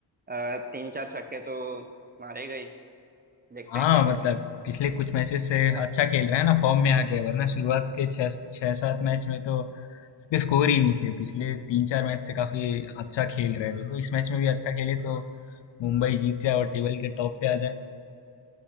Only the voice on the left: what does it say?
हाँ
मतलब
पिछले कुछ मैचेस से अच्छा खेल रहा है ना फॉर्म में आ गया है। वरना शुरुआत के छह छह सात मैच में तो उसके स्कोर ही नहीं थे पिछले तीन चार मैच से काफी अच्छा खेल रहे थे देखो इस मैच में भी अच्छा खेले तो मुंबई जीत जाए और टेबल के टॉप पे आ जाए